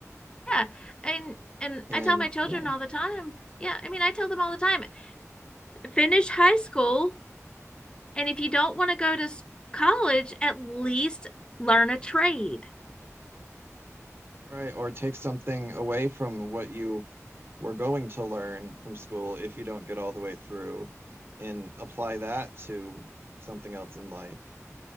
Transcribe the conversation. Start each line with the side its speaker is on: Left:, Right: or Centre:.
Left: yeah and and
Right: And
Left: i tell my children
Right: yeah,
Left: all the time yeah i mean i tell them all the time finish high school and if you don't want to go to college at least learn a trade
Right: right, or take something away from what you were going to learn from school if you don't get all the way through and apply that to something else in life